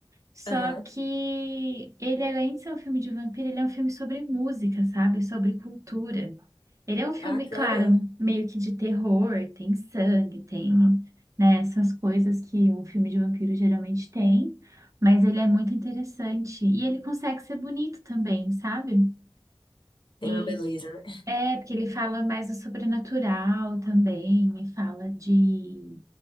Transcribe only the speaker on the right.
Só
que ele, além de ser um filme de vampiro, ele é um filme sobre música, sabe? Sobre cultura. Ele é um filme,
claro,
meio que de terror, tem sangue, tem, né, essas coisas que um filme de vampiro geralmente tem. Mas ele é muito interessante. E ele consegue ser bonito também, sabe?
E
é, porque ele fala mais do sobrenatural também, e fala de